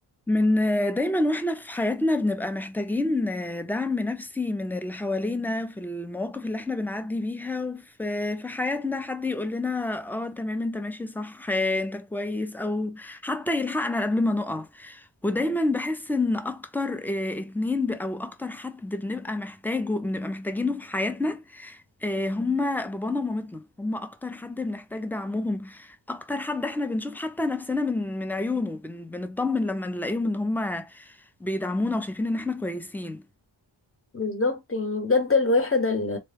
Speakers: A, in the centre; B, on the left.
A: من دايما واحنا في حياتنا بنبقى محتاجين دعم نفسي من اللي حوالينا في المواقف اللي احنا بنعدي بيها وفي في حياتنا حد يقول لنا اه تمام انت ماشي صح آه، انت كويس او حتى يلحقنا قبل ما نقع ودايما بحس ان اكتر آه، اتنين ب- او اكتر حد بنبقى محتاجه بنبقى محتاجينه في حياتنا آه، هما بابانا ومامتنا هما اكتر حد بنحتاج دعمهم اكتر حد احنا بنشوف حتى نفسنا من من عيونه بن بنطمن لما نلاقيهم ان هما بيدعمونا وشايفين ان احنا كويسين
B: بالظبط يعني بجد الواحد اللي,